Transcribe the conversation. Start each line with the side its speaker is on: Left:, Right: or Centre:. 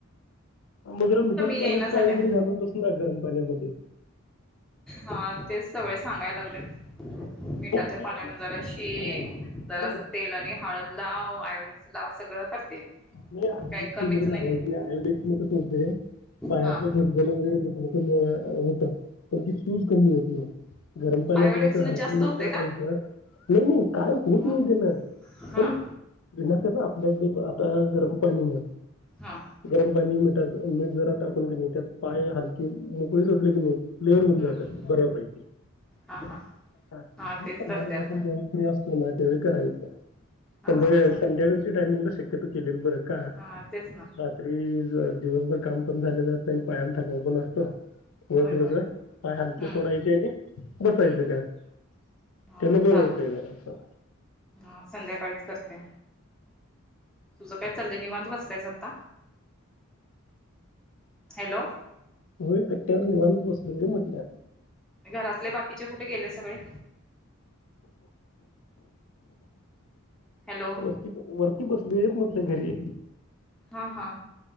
Left: मधुराम मिठाच्या
Centre: येईना
Left: पाण्यात
Centre: झाल्या
Left: पाय वगैरे घालून बसू ना गरम पाण्यामध्ये.
Centre: हा तेच सगळे सांगायला लागलेत. मिठाच्या
Left: नाही ते
Centre: पाण्यानं
Left: ते
Centre: जरा शेक
Left: तत्पर आहे हो
Centre: जरासं तेलआणि हळद लाव, आयोडेक्स लाव सगळं करते मी
Left: नाही आयोडेक्स
Centre: पण काही कमीच
Left: वगैरे लावायचं
Centre: नाहीये
Left: नाही, आयोडेक्सनं कसं हुतय पायातलं
Centre: हा
Left: झनझन वगैरे दुखणं कमी व य होतं पण ती सूज कमी होत नाही. गरम पाण्यात
Centre: आयोडेक्स
Left: जरास
Centre: न
Left: हरकुन
Centre: जास्त
Left: मीठ
Centre: होते
Left: टाकायचं,
Centre: का
Left: नाही नाही काय होत
Centre: मग
Left: नाही तेन
Centre: हा
Left: पण विना कसं आपल्याकडे आता गरम पाणी म्हण
Centre: हा
Left: गरम पाणी मीठाचं मीठ जरा टाकून कने त्यात पाय हलके मोकळे सोडले कने क्लिअर होऊन
Centre: हम्म
Left: जातात बऱ्यापैकी
Centre: हा हा
Left: <unintelligible> संध्याकाळी
Centre: हा तेच करते आता
Left: आपण जेव फ्री असतोय ना त्यावेळी करायचं
Centre: हा
Left: संध्याकाळी
Centre: सं
Left: संध्याकाळी <unintelligible> शक्यतो केलेलं बरं का <unintelligible>
Centre: हा तेच ना
Left: रात्री दिवसभर काम पण झालेलं असतंय आणि पायाला थकवा पण असतो. व
Centre: होय
Left: थोडंस
Centre: होय
Left: पाय हालके
Centre: हम्म
Left: सोडायचे आणि बसायचं
Centre: हम्म
Left: त्यात.
Centre: हा
Left: तेन बरं
Centre: चालतय
Left: हुतय का आता.
Centre: हा संध्याकाळीच करते. तुझं काय चाललय निवांत बसलायस आता. हॅलो.
Left: होय कट्ट्यावर निवांत बसलोय हे म्हटलं.
Centre: घरातले बाकीचे कुठं गेले सगळे? हॅलो.
Left: ठीक वरती बसलोयच म्हटल घरी.
Centre: हा हा